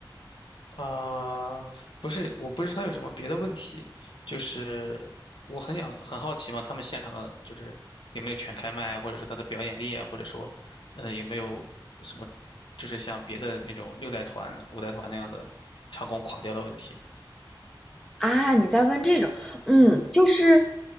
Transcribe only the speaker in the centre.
啊，你在问这种，嗯，就是，